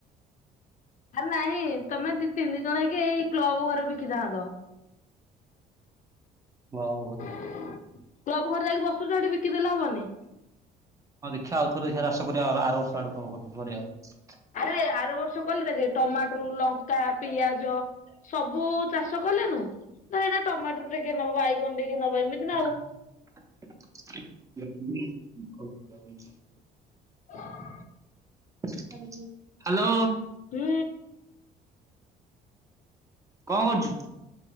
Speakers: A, on the left; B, on the right.
A: ଆରେ ନାଇଁ ତମେ ଦି ତିନି ଜଣ ହେଇକି ଏଇ କ୍ଲବ ଘରେ ବିକିଥାନ୍ତ।
B: କ୍ଲବଘର।
A: କ୍ଲବ ଘରେ ଯାଇକି ବସୁଛ ସେଠି ବିକିଦେଲେ ହବନି।
B: ହଁ ଦେଖିବା ଆଉଥରେ ସେ ଚାଷ କରିବାଉ ଆର ବର୍ଷ ଆଡକୁ ଆ ଭଲ ଆଉ
A: ଆରେ ଆର ବର୍ଷ କଲେ ଦେ ଟମାଟର ଲଙ୍କା ପିଆଜ ସବୁ ଚାଷ କଲେନୁ ନା ଏାଇ ନା ଟମାଟର ଟେ ନବ ବାଇଗଣ ଟକେ ନବ ଏମିତି
B: <unintelligible>
A: ନା ଆଉ। ହଁ।
B: ହ୍ୟାଲୋ।
A: ହୁଁ।
B: କଣ କରୁଛୁ?